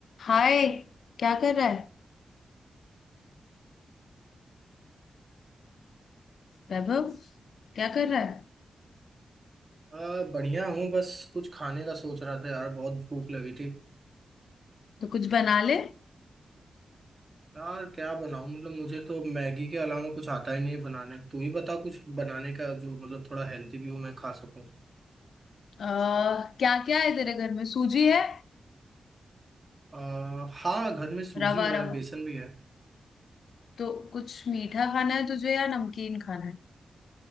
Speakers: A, on the left (about 80°); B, on the right (about 35°).
A: हाय क्या कर रहा है वैभव क्या कर रहा है
B: आ, बढ़िया हूँ बस कुछ खाने का सोच रहा था यार बहुत भूख लगी थी
A: तो कुछ बना ले
B: यार क्या बनाऊँ मतलब मुझे तो मैगी के अलावा कुछ आता ही नहीं है बनाने तू ही बता कुछ बनाने का जो मतलब थोड़ा हेल्दी भी हो मैं खा सकूँ
A: आ, क्या क्या है तेरे घर में सूजी है
B: आ, हाँ घर में सूजी
A: रवा
B: है
A: रवा
B: बेसन भी है
A: तो कुछ मीठा खाना है तुझे या नमकीन खाना है